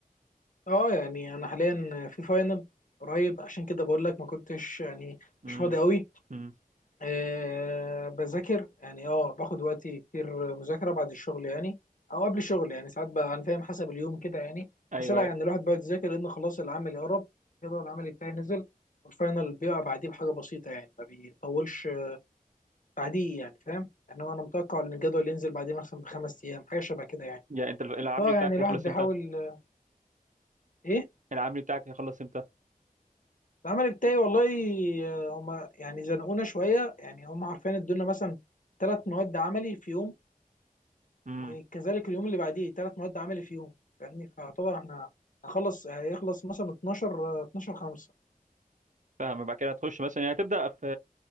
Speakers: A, on the left; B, on the right.
A: اه يعني انا حاليا في فاينل قريب عشان كده بقول لك ما كنتش يعني
B: امم
A: مش فاضي قوي
B: امم
A: أه بذاكر يعني اه باخد وقتي كتير مذاكرة بعد الشغل يعني او قبل الشغل يعني ساعات بقى انا فاهم حسب اليوم كده يعني
B: ايوه
A: بس لا
B: ايوه
A: يعني الواحد بيقعد يذاكر لان خلاص العمل يقرب الجدول العملي بتاعي نزل والفاينل بيقع بعديه بحاجة بسيطة يعني ما بيطولش آه، بعديه يعني فاهم يعني هو انا متوقع ان الجدول ينزل بعديه مثلا بخمس ايام حاجة شبه كده يعني
B: يعني انت العملي
A: فاه
B: بتاعك
A: يعني الواحد
B: هيخلص
A: بيحاول
B: امتى
A: آه، ايه
B: العملي بتاعك هيخلص امتى
A: العمل بتاعي والله آه، هما يعني زنقونا شوية يعني هما عارفين ادونا مثلا ثلاث مواد عملي في يوم
B: امم
A: وكذلك اليوم اللي بعديه ثلاث مواد عملي في يوم فاهمني فيعتبر احنا هخلص هيخلص مثلا 12 12 5
B: فاهم يبقى كده هتخش مثلا يعني هتبدا في